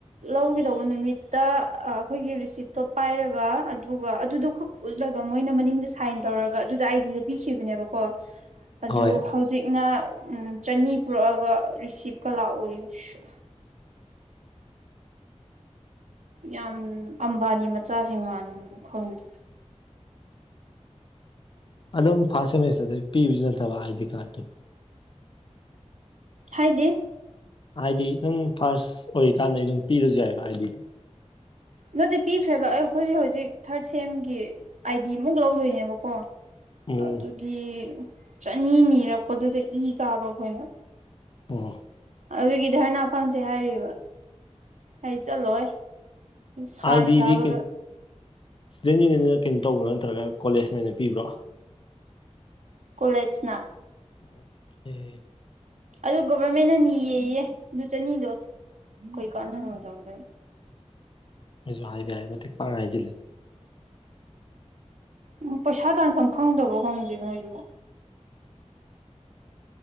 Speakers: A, on the right (about 80°); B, on the left (about 45°).
A: ꯂꯧꯒꯗꯧꯕ ꯅꯨꯃꯤꯠ ꯃꯤꯠꯇ ꯑꯈꯣꯏꯒꯤ ꯔꯤꯁꯤꯠꯇꯣ ꯄꯥꯏꯔꯒ ꯑꯗꯨꯒ ꯑꯗꯨꯗꯣ ꯈꯛ ꯎꯠꯂꯒ ꯃꯣꯏꯅ ꯃꯅꯤꯡꯗꯣ ꯁꯥꯏꯟ ꯇꯧꯔꯒ ꯑꯗꯨꯗ ꯑꯥꯏꯗꯤꯗꯣ ꯄꯤꯈꯤꯕꯅꯦꯕꯀꯣ ꯑꯗꯨ
B: ꯍꯣꯏ
A: ꯍꯧꯖꯤꯛꯅ ꯎꯝ ꯆꯅꯤ ꯄꯨꯔꯛꯑꯒ ꯔꯤꯁꯤꯞꯀ ꯂꯥꯛꯑꯣꯌꯦ ꯁ꯭ꯌꯥ ꯌꯥꯝ ꯑꯝꯕꯥꯅꯤ ꯃꯆꯥꯁꯤꯡ ꯃꯥꯟꯕ꯭ꯔꯥ ꯈꯪꯗꯦ
B: ꯑꯗꯨꯝ ꯐꯥꯔꯁ ꯁꯦꯃꯤꯁꯇꯔꯗꯩ ꯄꯤꯕꯁꯨ ꯅꯠꯇꯕ ꯑꯥꯢ ꯗꯤ ꯀꯥꯔꯠꯇꯣ
A: ꯍꯥꯏꯗꯤ
B: ꯍꯥꯏꯗꯤ ꯑꯗꯨꯝ ꯐꯥꯔꯁ ꯑꯣꯏꯔꯤꯀꯥꯟꯗꯩ ꯑꯗꯨꯝ ꯄꯤꯔꯁꯨ ꯌꯥꯏꯌꯦꯕ ꯑꯥꯏꯗꯤ ꯗꯤ
A: ꯅꯠꯇꯦ ꯄꯤꯈ꯭ꯔꯦꯕ ꯑꯩꯈꯣꯏꯒꯤ ꯍꯧꯖꯤꯛ ꯊꯥꯔꯠ ꯁꯦꯝꯒꯤ ꯑꯥꯏꯗꯤ ꯃꯨꯛ ꯂꯧꯗꯣꯏꯅꯦꯕꯀꯣ
B: ꯎꯝ
A: ꯑꯗꯨꯒꯤ ꯆꯅꯤ ꯅꯤꯔꯛꯄꯗꯨꯗ ꯏ ꯀꯥꯕ ꯑꯩꯈꯣꯏꯅ
B: ꯑꯣ
A: ꯑꯗꯨꯒꯤ ꯙꯔꯅꯥꯐꯝꯁꯦ ꯍꯥꯏꯔꯤꯕ ꯑꯩ ꯆꯠꯂꯣꯏ ꯁꯥꯅ
B: ꯑꯥꯏ ꯗꯤꯗꯤ
A: ꯁꯥꯕꯒ
B: ꯏꯁꯇꯨꯗꯦꯟ ꯌꯨꯅꯤꯌꯟꯅ ꯀꯩꯅꯣ ꯇꯧꯕ꯭ꯔꯥ ꯅꯠꯇ꯭ꯔꯒ ꯀꯣꯂꯦꯖꯅ ꯑꯣꯏꯅ ꯄꯤꯕ꯭ꯔꯣ
A: ꯀꯣꯂꯦꯖꯅ
B: ꯑꯣꯀꯦ
A: ꯑꯗꯨ ꯒꯣꯚꯔꯃꯦꯟꯅ ꯅꯤꯌꯦꯌꯦ ꯗꯨ ꯆꯅꯤꯗꯣ ꯀꯩ ꯀꯥꯟꯅꯔꯣꯢꯗꯧꯗ
B: ꯃꯣꯢꯁꯨ ꯍꯥꯏꯕ ꯌꯥꯢ ꯃꯇꯤꯛ ꯄꯪꯍꯥꯢ ꯍꯥꯢꯖꯤꯜꯂꯦ
A: ꯎꯝ ꯄꯩꯁꯥ ꯇꯥꯥꯟꯐꯝ ꯈꯪꯗꯕꯣ ꯈꯪꯗꯦ ꯃꯣꯏꯁꯤꯕꯨ